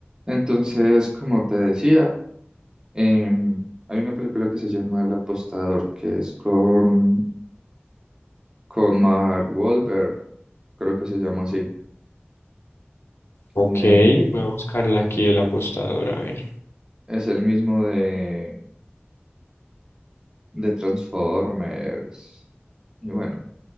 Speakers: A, on the right (about 20°); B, on the left (about 80°).
A: Entonces, como te decía, em, hay una película que se llama El Apostador, que es con, con Mark Wahlberg, creo que se llama así, que
B: Ok, voy a buscarla aquí el apostador, a ver.
A: es el mismo de, de Transformers. Y bueno,